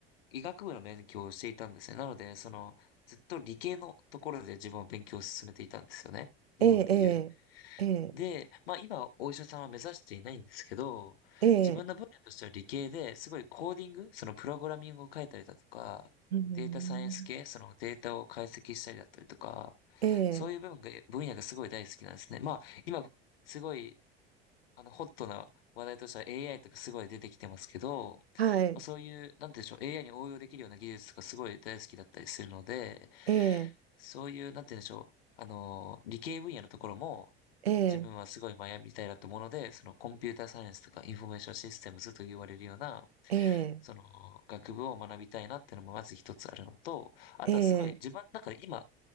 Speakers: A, on the left; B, on the right.
A: 医学部の勉強をしていたんですね。なので、その、ずっと理系のところで自分は勉強を進めていたんですよね。日本でいう。
B: ええ、ええ、
A: で、まあ今お医者さんは目指していないんですけど、
B: ええ、
A: 自分の分野としては理系ですごいコーディング、そのプログラミングを書いたりだとか、
B: うん、
A: データサイエンス系、そのデータを解析したりだったりとか、
B: ええ、
A: そういう部分が、分野がすごい大好きなんですね。まあ今すごい、あの、ホットな話題としては AI とかすごい出てきてますけど、
B: はい、
A: まあそういう、なんて言うんでしょう、AI に応用できるような技術とかすごい大好きだったりするので、
B: ええ、
A: そういう、なんて言うんでしょう。あの理系分野のところも、
B: ええ、
A: 自分はすごい学びたいなと思うので、そのコンピューターサイエンスとかインフォメーションシステムズと言われるような、
B: ええ、
A: その学部を学びたいなっていうのもまず一つあるのと、あとはすごい自分の中で今、
B: ええ、